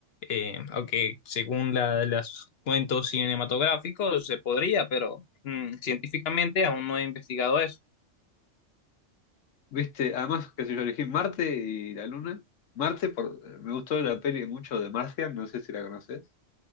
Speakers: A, on the left; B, on the left.
A: Eh, aunque según la, los cuentos cinematográficos se podría, pero mm, científicamente aún no he investigado eso.
B: Viste, además, qué sé yo, elegí Marte y la Luna. Marte, por, eh, me gustó la peli mucho de Martian, no sé si la conoces.